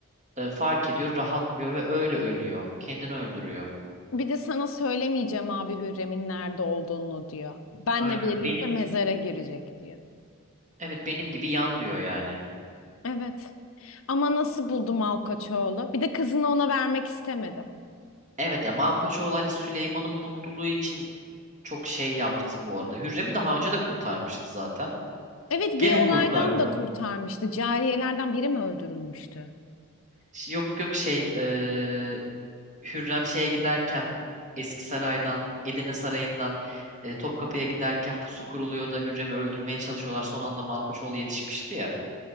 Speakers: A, on the right; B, on the left.
A: e, fark ediyor rahatlıyor ve öyle ölüyor. Kendini öldürüyor.
B: Bir de sana söylemeyeceğim abi Hürrem'in nerede olduğunu diyor. Benle
A: Aynen
B: birlikte
A: benim
B: mezara girecek diyor.
A: evet benim gibi yan diyor yani.
B: Evet. Ama nasıl buldu Malkaçoğlu? Bir de kızını ona vermek istemedi.
A: Evet ya Malkoçoğlu hani Süleyman'ın mutluluğu için çok şey yaptı bu arada. Hürrem'i daha önce de kurtarmıştı zaten.
B: Evet
A: Gene
B: bir olaydan
A: kurtardı.
B: da kurtarmıştı. Cariyelerden biri mi öldürülmüştü?
A: Ş- Yok yok şey eee, Hürrem şeye giderken Eski Saray'dan Edirne Sarayı'ndan eee, Topkapı'ya giderken pusu kuruluyor da Hürrem'i öldürmeye çalışıyorlar. Son anda Malkoçoğlu yetişmişti ya.